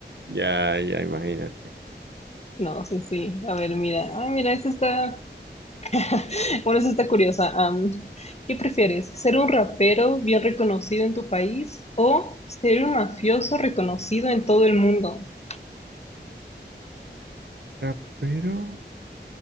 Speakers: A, on the right; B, on the left.
A: Ya, ya, imagínate.
B: No, sí, sí. A ver, mira. Ah, mira, esta está. <laughs> Bueno, esta está curiosa. Am, ¿qué prefieres? ¿Ser un rapero bien reconocido en tu país o ser un mafioso reconocido en todo el mundo? <laughs>
A: Rapero